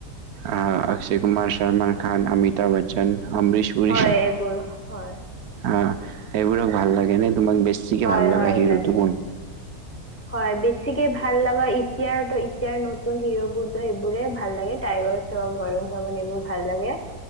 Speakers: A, on the right; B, on the left.
A: আ অক্ষয় কুমাৰ, চলমান খান, অমিতাভ বচ্চন। আমৰিছপুৰি,
B: হয় এইবোৰ হয়
A: আ। এইবোৰক ভাল লাগে নে? তোমাক বেছিকে
B: হয়
A: ভাল লাগা
B: হয়
A: হিৰোটো
B: লাগে
A: কোন?
B: হয় বেছিকে ভাল লগা এতিয়াৰ তো এতিয়াৰ নতুন হিৰোবোৰটো এইবোৰে ভাল লাগে টাইগাৰ চব বৰুণ ধৱন এইবোৰ ভাল লাগে।